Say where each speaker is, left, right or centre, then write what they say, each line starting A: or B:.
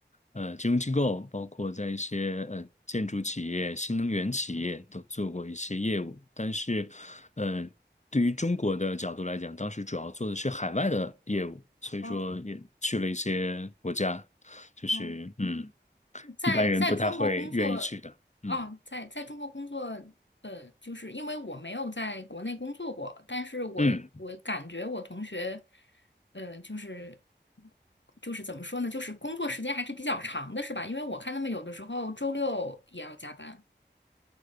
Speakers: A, on the left; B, on the left.
A: 呃，金融机构，包括在一些呃建筑企业、新能源企业都做过一些业务，但是，呃，对于中国的角度来讲，当时主要做的是海外的业务，所以说也去了一些国家，
B: 哦
A: 就是嗯，
B: 哦，在在中国工作，
A: 一般人不太会愿意去的，
B: 啊，
A: 嗯
B: 在在中国工作，呃，就是因为我没有在国内工作过，但是我我感觉我同学，
A: 嗯。
B: 呃，就是就是怎么说呢，就是工作时间还是比较长的，是吧？因为我看他们有的时候周六也要加班。